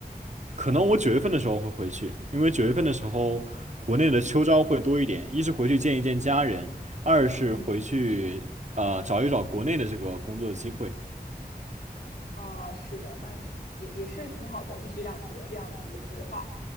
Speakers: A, on the right; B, on the left.
A: 可能我九月份的时候会回去，因为九月份的时候国内的秋招会多一点，一是回去见一见家人，二是回去呃找一找国内的这个工作机会。
B: 嗯啊，是的，那你也也是挺好的，一举两得这样的一个规划。